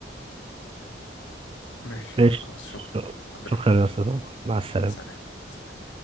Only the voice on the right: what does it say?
ماشي
شكرا
يا استاذ عمر. مع السلامة